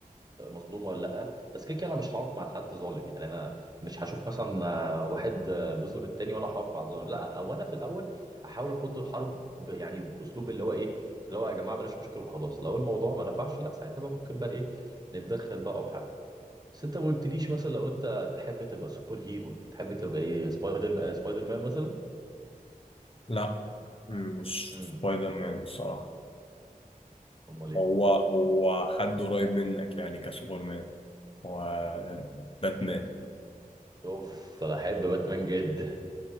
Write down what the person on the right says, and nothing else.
مظلوم ولا لا بس كده كده انا مش هقف مع حد ظالم يعني انا مش هشوف مثلا آه، واحد آه، بيظلم التاني وانا هقف مع الظالم لا او انا في الاول احاول افض الحرب ب... يعني باسلوب اللي هو ايه اللي هو يا جماعه بلاش مشاكل وخلاص لو الموضوع ما نفعش لا ساعتها بقى ممكن بقى ايه نتدخل بقى او حاجه بس انت ما قلتليش مثلا لو انت تحب تبقى سوبر هيرو تحب تبقى ايه سبايدر آه، سبايدر مان مثلا
امم
امال ايه
اوف انا احب باتمان جدا